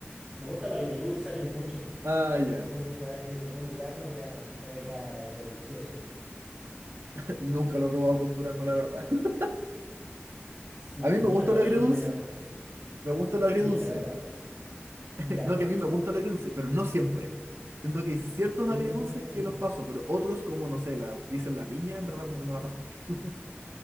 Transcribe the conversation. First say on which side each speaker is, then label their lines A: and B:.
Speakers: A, on the right; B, on the right.
A: me gusta lo agridulce a mí mucho.
B: ah, ya,
A: Y con un dura, eh, con un durazno queda, no sé, queda delicioso.
B: <laughs> nunca lo he probado con durazno, la verdad. <laughs>
A: Sí,
B: A mí me
A: mira,
B: gusta
A: Joaquín,
B: lo agridulce,
A: eh,
B: me gusta lo agridulce,
A: dime, perdón.
B: <laughs>
A: Ya.
B: no, que a mí me gusta lo agridulce, pero no siempre. Siento que hay ciertos
A: Mm.
B: agridulces que los paso, pero otros como, no sé, la pizza en la piña, en verdad como que no la paso mucho.